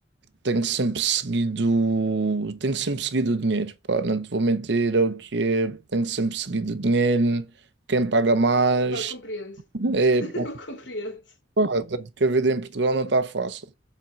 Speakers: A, on the right; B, on the left.
A: tenho sempre seguido, tenho sempre seguido o dinheiro, pá, não te vou mentir, é o que é, tenho sempre seguido o dinheiro, quem paga mais,
B: Pá, eu compreendo.
A: é,
B: <laughs>
A: pá,
B: Eu compreendo.
A: pá, tanto a vida em Portugal não está fácil.